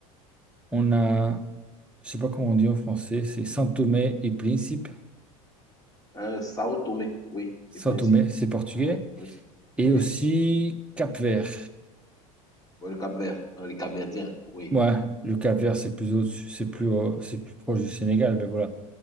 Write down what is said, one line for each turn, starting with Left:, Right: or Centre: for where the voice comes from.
Centre: on a, je sais pas comment on dit en français, c'est Saint-Thomé et Principe.
Left: Euh, Sao Tomé, oui,
Centre: Saint-Thomé,
Left: les principes.
Centre: c'est portugais.
Left: Oui, c'est-
Centre: Et
Left: oui.
Centre: aussi Cap-Vert.
Left: Ouais, le Cap-Vert, non les Cap-Verdiens. Oui,
Centre: Ouais, le Cap-Vert, c'est plus au- c'est plus,
Left: oui,
Centre: euh, c'est plus proche du Sénégal, mais voilà.